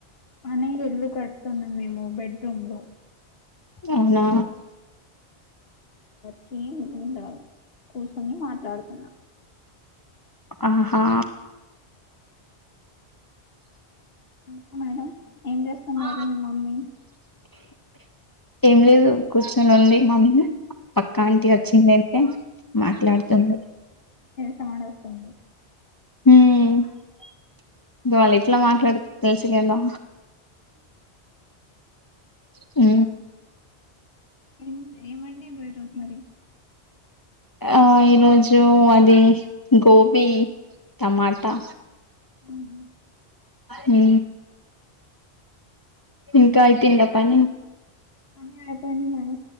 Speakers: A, on the left; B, on the left.
A: మన ఎల్ కడుతున్నా మేము బెడ్రూమ్ లో
B: అవునా
A: ఛీ ముండా రీ మాట్లాడుతున్నా
B: ఆహా
A: ఇంకా మేడం ఏం చేస్తున్నారు
B: అ
A: మీ మమ్మీ
B: ఏం లేదు కూర్చొని ఉడి మమ్మీ పక్కా ఆంటీ వచ్చిందియిే మాట్లాడుతుంది
A: చాన్ వస్తుంది
B: హ ఇ వాళ్ళు ఎట్లా మాట్లాడు తెలుసు కదా ఉ
A: ఏం ఏమండి ఈరోజు మరి
B: ఆ ఈరోజు అది గోబీ టమాటా
A: అవునా
B: హ ఇంకా అయిపోయిందా పని
A: పని అయిపోయింది మేడమ్